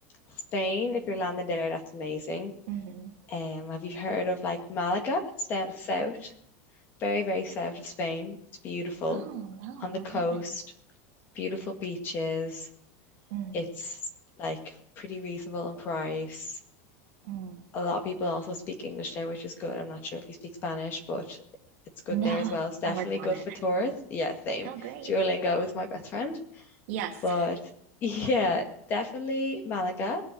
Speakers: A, on the left (about 25°); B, on the right (about 55°).
A: Spain, if you're landing there, that's amazing.
B: hmm
A: Um, have you heard of like Malaga? It's down the south. very, very south of Spain. It's beautiful
B: Oh, no,
A: on the
B: I
A: coast,
B: haven't.
A: beautiful beaches.
B: mm
A: It's like pretty reasonable in price.
B: mm.
A: A lot of people also speak English there, which is good. I'm not sure if you speak Spanish, but it's good
B: No,
A: there as well. It's definitely
B: I'm working
A: good
B: on it.
A: for tourists. Yeah, same.
B: Oh, great.
A: Duolingo is my best friend.
B: Yes.
A: But <laughs> yeah, definitely Malaga.